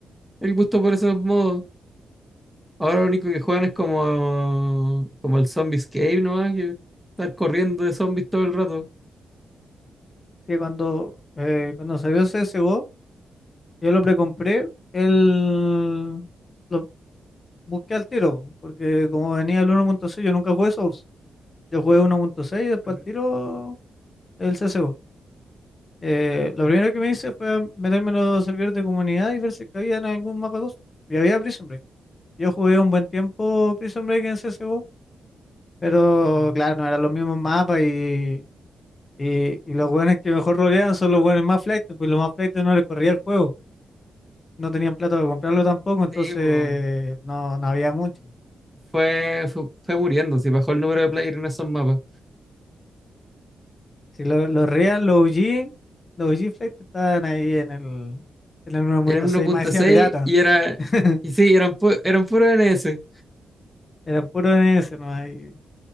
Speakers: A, in the centre; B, on the left (about 30°).
A: el gusto por esos modos. Ahora lo único que juegan es como, como el Zombie Escape, ¿no? Que estar corriendo de zombies todo el rato.
B: Sí, cuando, eh, cuando salió el CSGO, yo lo precompré, el... lo busqué al tiro, po, porque como venía el 1.6, yo nunca jugué Source. Yo jugué 1.6 y después
A: Ujú,
B: al tiro el CSGO. Eh, lo primero que me hice fue meterme en los servidores de comunidad y ver si es que había en algún mapa custom. Y había Prison Break. Yo jugué un buen tiempo Prison Break en CSGO Pero
A: ujú.
B: claro,
A: Ujú.
B: no eran los mismos mapas y, y, y los buenos que mejor roleaban son los buenos más flaites, pues los más flaites no les corría el juego, no tenían plata para comprarlo tampoco, entonces
A: Sí, po.
B: no, no había mucho.
A: fue, fue, fue muriendo, si bajó el número de players en esos mapas.
B: Si lo- los real, los O g los O g flaites estaban ahí en el, en el uno punto
A: Era uno
B: seis
A: punto
B: más decía
A: seis
B: pirata,
A: y era.
B: <laughs>
A: Y sí, eran, pu- eran puro N s
B: eran puros en ese no hay,